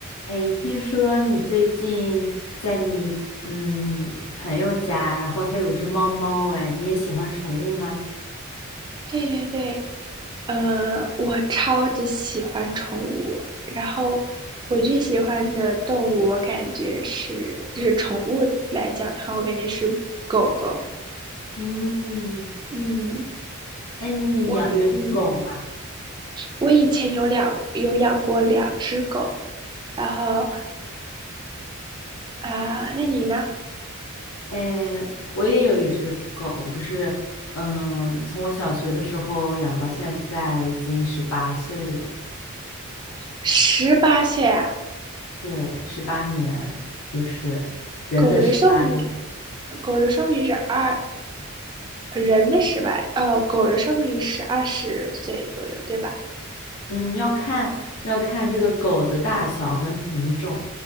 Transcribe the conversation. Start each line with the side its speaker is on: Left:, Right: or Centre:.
Left: 哎，听说你最近在你嗯朋友家，然后他有一只猫猫，哎，你也喜欢宠物吗？
Right: 对对对，呃，我超级喜欢宠物，然后我最喜欢的动物，我感觉是，就是宠物来讲的话，我感觉是狗狗。
Left: 嗯，
Right: 嗯，
Left: 哎，那你养有养狗吗？
Right: 我嗯，我以前有两有养过两只狗，然后啊、那你呢？
Left: 哎，我也有一只狗，就是嗯，呃从我小学的时候养到现在，已经十八岁了，
Right: 十八岁啊？
Left: 对，十八年，就是人的十。
Right: 狗的寿命，
Left: 八。
Right: 狗的寿命是二，人的十八，哦，狗的寿命是二十岁左右，对吧？
Left: 嗯，要看要看这个狗的大小跟品种，